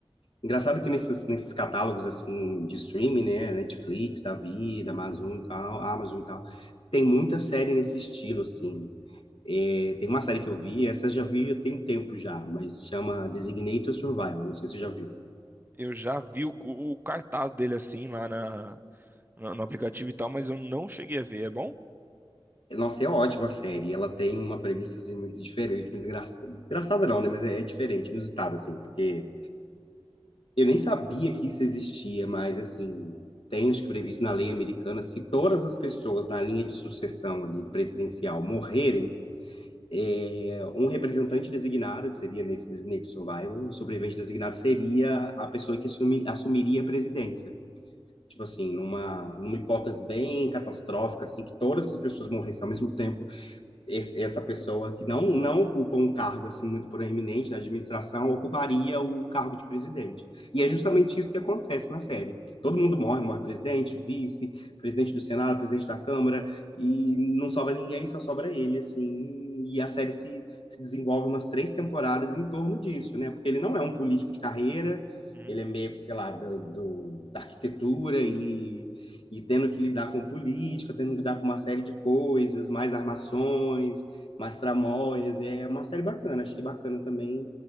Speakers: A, on the left (about 65°); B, on the right (about 20°).
A: Engraçado que nesses, nesses catálogos assim de streaming, né, Netflix, da vida, Amazon e tal, Amazon e tal, tem muita série nesse estilo assim. É, tem uma série que eu vi, essa eu já vi tem um tempo já, mas chama Designated Survivor, não sei se você já viu.
B: Eu já vi o, o cartaz dele assim lá na, no no aplicativo e tal, mas eu não cheguei a ver. É bom?
A: Nossa, é ótima a série, ela tem uma premissa assim muito diferente, muito engraçada. Engraçada não, né, mas é, é diferente, inusitada assim, porque eu nem sabia que isso existia, mas assim, tem acho que previsto na lei americana, se todas as pessoas na linha de sucessão ali, presidencial morrerem, é, um representante designado, que seria nesse designated survivor, o sobrevivente designado seria a pessoa que assumi- assumiria a presidência. Tipo assim, numa, numa hipótese bem catastrófica, assim, que todas as pessoas morressem ao mesmo tempo, esse- essa pessoa que não, não ocupa um cargo assim muito proeminente na administração ocuparia o cargo de presidente. E
B: Ô,
A: é justamente
B: louco.
A: isso que acontece na série. Todo mundo morre, morre presidente, vice, presidente do Senado, presidente da Câmara, e não sobra ninguém, só sobra ele, assim. E a série se, se desenvolve umas três temporadas em torno disso, né? Porque ele não é um político de carreira,
B: Uhum.
A: ele é meio, sei lá, do, do- da arquitetura e e tendo que lidar com política, tendo que lidar com uma série de coisas, mais armações, mais tramóias. É uma série bacana, achei bacana também.